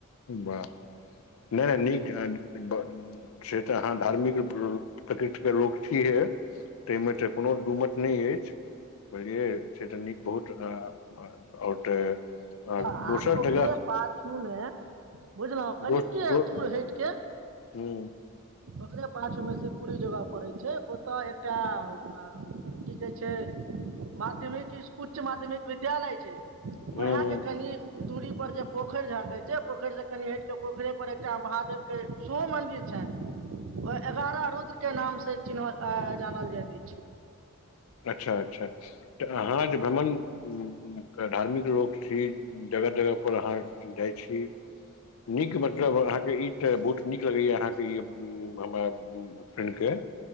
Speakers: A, on the left; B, on the right.
A: बाह नै नीक <unintelligible> से तऽ अहाँ धार्मिक प्रऽ प्रकृतिके लोक छिहे तैय मे तऽ कोनो दूमत नहि अएछ बुझलियै से तऽ नीक बहुत आ आ ओर तऽ आओर
B: अ
A: दोसर
B: आ ओकरे
A: जगह
B: पाछूमे बुझलौ कनिके
A: दोस दो
B: दूर हैट केऽ
A: हूँ
B: ओकरे पाछु में शिवपुरी जगह पड़ै छै ओत अ की कहै छै माध्यमिक इस्कू उच्च माध्यमिक विद्यालय छैय
A: हूँ
B: उहै के कनि दूरी पर जे पोखरि-झाकैर छै पोखरि से कनि हट के पोखरे पर एकटा महादेव के सेहो मन्दिर छैन। ओ एगारह रुद्र के नाम से चिन्हल अ जानल जाइत अएछ
A: अच्छा अच्छा तऽ अहाँ
B: हँ
A: जे भ्रमण
B: हँ
A: क धार्मिक लोक छी जगह-जगह पर अहाँ जाइ छी नीक मतलब अहाँके ई तऽ बहुत नीक लगैया अहाँके ई हम्म हमरा फ्रेंड के